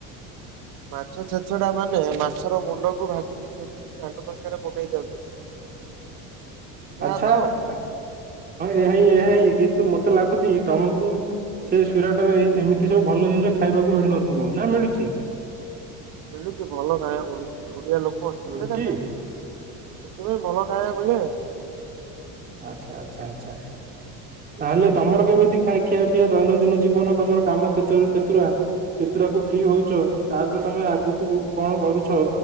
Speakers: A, on the right; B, on the right.
A: ମାଛ ଛେଛଡା ମାନେ ମାଛର ମୁଣ୍ଡକୁ ଭାଜି ଖାଲି ଛେଚିକି ଘାଣ୍ଟ ତରକାରରେ ପକେଇ ଦିଅନ୍ତି। ସେଆ
B: ଆଛା
A: ତ
B: ହଁ ଏହା ହିଁ ଏହା ହିଁ କିନ୍ତୁ ମତେ ଲାଗୁଛି ତମକୁ ସେ ସୁରାଟ ରେ ଏମିତି ସବୁ ଭଲ ଜିନିଷ ଖାଇବାକୁ ମିଳୁ ନଥିବ ନା ମିଳୁଛି?
A: ମିଳୁଛି ଭଲ ଖାଇବା ମିଳୁଛି ଓଡିଆ ଲୋକ ଅଛନ୍ତି
B: ମିଳୁଛି
A: ନା ସେଇଠି। ସେଥିପାଇଁ ଭଲ ଖାଇବା ମିଳେ।
B: ଆଚ୍ଛା ଆଚ୍ଛା ଆଚ୍ଛା। ତାହେଲେ ତମର କେମିତି ଖାଇ ଖିଆ ପିଆ ଦୈନନ୍ଦିନ ଜୀବନ ତମର କାମ କ୍ଷେତ୍ରରୁ କେତୁରା କେତେଟାକୁ ଫ୍ରି ହଉଛ ତାପରେ ତମେ ଆଗକୁ କଣ କରୁଛ।